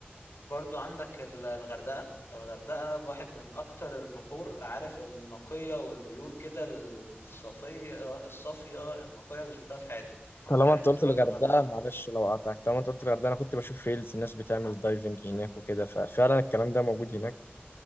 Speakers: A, on the left (about 85°); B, on the left (about 65°).
A: برضو عندك ال- الغردقة الغردقة واحد من أكتر البحور عارف النقية والبيور كده الصفية الصافية النقية اللي شفتها في حياتي
B: طالما
A: يعني
B: انت
A: كنت
B: قلت
A: روحت
B: الغردقه
A: الغردقة مف...
B: معلش لو قطعتك طالما انت قلت الغردقه انا كنت بشوف ريلز الناس بتعمل دايفنج هناك وكده ففعلا الكلام ده موجود هناك